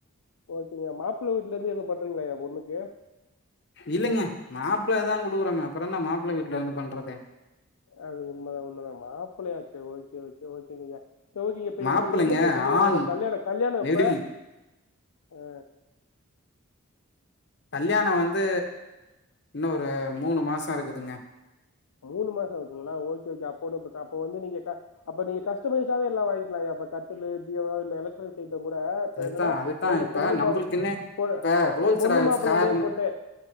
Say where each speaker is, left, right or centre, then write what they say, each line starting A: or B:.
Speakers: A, on the left (about 80°); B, on the left (about 50°).
A: ஓகேங்கய்யா மாப்ள வீட்ல இருந்து எதும் பண்றீங்களாய்யா பொண்ணுக்கு
B: இல்லைங்க மாப்பிள்ளதா குடுக்குறோ அப்றோ என்ன மாப்பிள்ள வீட்ல இருந்து பண்றது
A: அது உண்மதா உண்மதா மாப்ளயாச்சே ஓக்கே ஒக்கே ஓகேங்கய்யா சர் ஓகேங்கய்யா இப்ப
B: மாப்ளைங்க
A: உங்களுக்கு என்னைக்கய்யா டெலிவரி
B: ஆண்
A: வேணு கல்யாண கல்யாணோ
B: நெடில்
A: எப்ப அ
B: கல்யாணோ வந்து இன்னு ஒரு மூணு மாசோ இருக்குதுங்க
A: மூணு மாசோ இருக்குங்களா ஓக்கே ஓக்கே அப்ப ஒன்னு ப்ர அப்ப வந்து நீங்க அப்ப நீங்க கஸ்டமைஸ் ஆவே எல்லா வாங்கிக்லாய்யா அந்த கட்டுலு பீரோ இல்ல எலக்ட்ரானிக்ஸ் ஐட்டம் கூட இப்ப
B: அதுதா
A: என்னனா
B: அதுதா
A: ஒங்க
B: இப்ப
A: பொண்ணு
B: நம்பளுக்குன்னு
A: மா பொ
B: இப்ப ரோல்ஸ்
A: பொண்ணு
B: ராய்ஸ்
A: மாப்ள
B: கார்னு
A: நேம் போட்டு